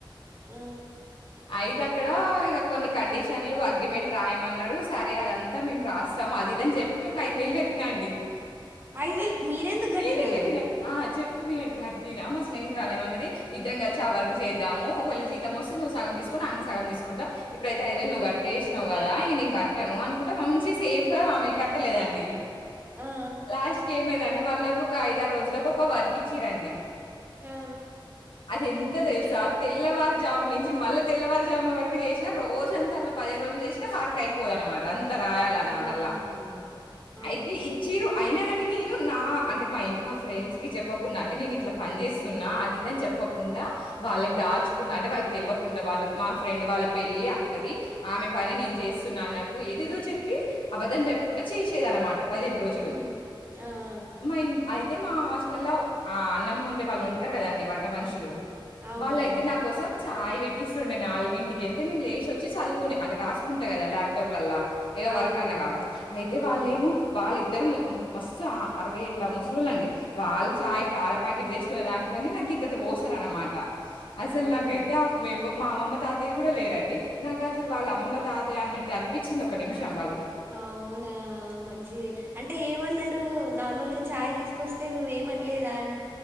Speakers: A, on the right; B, on the left.
A: హ్
B: అయితే అక్కడా ఇగ కొన్ని కండిషన్లు అగ్రిమెంట్ రాయమన్నరు. సరే అదంతా మేము రాస్తాము. అది ఇదని చెప్పి ఒక ఐ ద్ దు వేలు కట్టినా అండి
A: ఐదు వేలు మీరెందుకు కట్టినారు
B: నేనే కట్టినా ఆ చెప్ <unintelligible> కట్టినా మా స్నేహితురాలు ఏమన్నది ఇద్దరం కలిసి ఆ వర్కు చేద్దాము. ఒకవేళ జీతం వస్తే నువ్వు సగం తీసుకో ఆయన సగం తీసుకుంటామ్. ఇప్పుడైతే ఐదు వేలు నువ్వు కట్టేసినవు కదా ఇగా నేను కట్టను అనుకుంట మంచి సేఫ్ గా ఆమె కట్టలేదండి.
A: ఆ
B: లాస్ట్ కి ఏమైంది అంటె వాళ్ళు నాకు ఒక ఐద ఆరు రోజులకు ఒక వర్క్ ఇచ్చిరు అండి.
A: ఆ
B: అది ఎంత తెలుసా తెల్లవారు జామున్నుంచి మళ్ళా తెల్లవారు జామున్ వరకు చేసినా రోజంతా అట్ల పదిహేను రోజులు చేసినా వర్క్ అయిపోదు అన్నమాట అంత రాయాల అన్నమాట
A: వామ్మో!
B: అల్ల
A: ఆ!
B: అయితే ఇచ్చిర్రు అయినా కానీ నేను నా అంటే మా మా ఫ్రెండ్స్ కి చెప్పకుండా అంటే నేను ఇట్లా పని చేేస్తున్నా అది ఇది అని చెప్పకుండా వాళ్ళకి దాచుకుండా అంటే వాళ్ళకి తెలవకుండా వాళ్ళ మా ఫ్రెండ్ వాళ్ళ పెళ్ళి అక్కది ఆమె పని నేను చేస్తున్నా అన్నట్టు ఏదేదో చెప్పి అబద్ధం చెప్పుకుంట చేసి సన్నమట పదిహేనుడు రోజులు
A: హ్మ్. ఆ! ఆ!
B: మా ఇం అయితే మా హాస్టల్ల ఆ అన్నం వండే వాళ్ళు ఉంటారు. కదండి వంట మనుషులు
A: అవునవును.
B: వాళ్ళయితే నా కోసం చాయ్ వేట్టి తుండే నాలుగు ఇంటికి వెంటే నేను లేచి వోచ్చి చదువుకునే అంటె రాసుకుంటా కదా ల్యాప్టాప్లల్లా ఏవో
A: అవునవును.
B: వర్క్ అన్నా కాబట్టి అయి యితే
A: ఆ! ఆ!
B: వాళ్ళేమో వాళ్ళిద్దర్ మస్సు అరవై ఏండ్ల ముసలొల్లు ళ్లండి వాళ్ళు చాయ్
A: ఆహా!
B: పాల ప్యాకెట్ తెచ్చుకునేదాం ట్లానె నాకు గింతంత్త ఓస్తరు అన్నమాట అసలు
A: అవునా?
B: నాకైతే ఆ మే మో మ అమ్మమ్మ తాతయ్య కూడా లేరండి. నాకు అసలు వాళ్ళు అమ్మమ్మ తాతయ్య అన్నట్టే అనిపించింది. ఒక నిమిషం వాళ్ళ
A: అవును ఆ మంచిది అంటే ఏమన్నారు నార్మల్గా చాయ్ తీసుకొస్తే నువ్వేమనలేదా అం